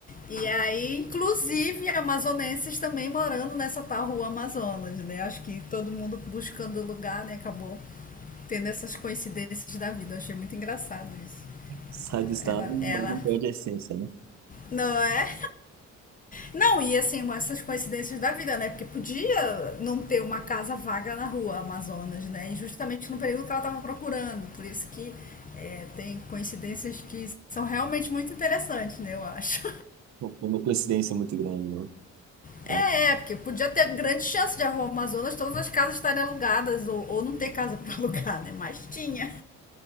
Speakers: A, on the left (about 30°); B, on the right (about 65°).
A: E aí, inclusive, amazonenses também morando nessa tal rua Amazonas, né? Acho que todo mundo buscando lugar, né? Acabou tendo essas coincidências da vida. Eu achei muito engraçado isso.
B: Sai do estado,
A: Ela, ela,
B: mas não perde a essência, né?
A: não é? Não, e assim, essas coincidências da vida, né? Porque podia não ter uma casa vaga na rua Amazonas, né? E justamente no período que ela estava procurando. Por isso que é, tem coincidências que são realmente muito interessantes, né? Eu acho.
B: Não Foi uma coincidência muito grande, não.
A: É,
B: Não,
A: é, porque podia ter grande chance de arrumar Amazonas, todas as casas estarem alugadas ou, ou não ter casa <laughs> para alugar, né? Mas tinha.